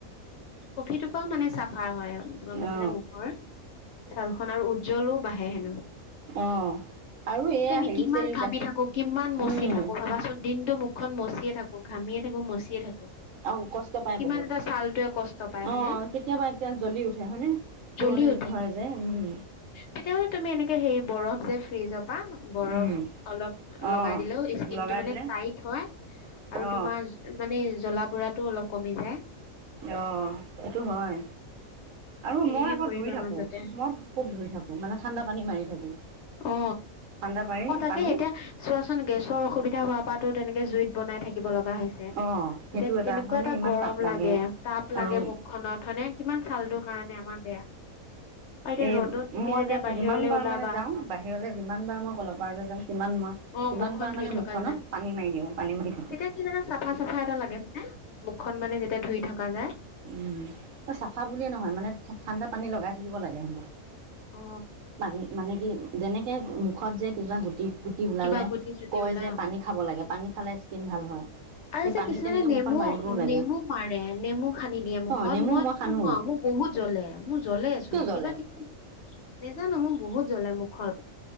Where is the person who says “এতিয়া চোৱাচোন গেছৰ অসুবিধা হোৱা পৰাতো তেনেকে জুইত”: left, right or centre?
Left